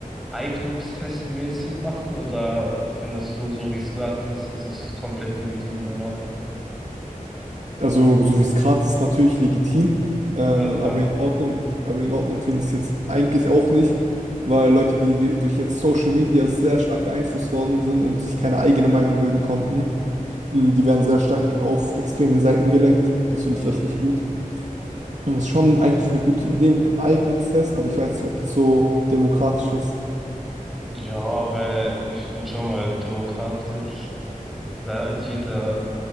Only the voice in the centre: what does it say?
Eignungstest mäßig machen oder findest du, so wie es gerade ist, ist es komplett legitim und in Ordnung?
Ja, klar.
Ja,
Ja, weil ich finde schon, weil demokratisch. Da jeder,